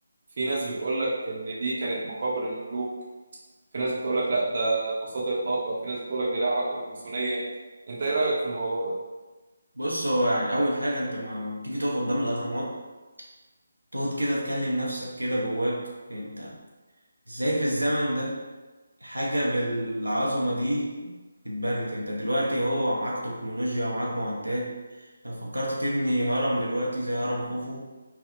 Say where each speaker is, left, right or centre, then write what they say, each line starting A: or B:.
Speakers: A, on the right; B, on the right.
A: في ناس بتقول لك ان دي كانت مقابر الملوك في ناس بتقول لك لا ده مصادر طاقة في ناس بتقول لك ده ليه علاقة بالماسونية انت ايه رأيك في الموضوع ده
B: بص هو يعني اول حاجه انت ما تيجي تقف قدام الاهرامات تقعد كده تكلم نفسك كده جواك انت ازاي في الزمن ده حاجه بالعظمه دي اتبنت انت دلوقتي هو معاك تكنولوجيا ومعاك معدات لو فكرت تبني هرم دلوقتي زي هرم خوفو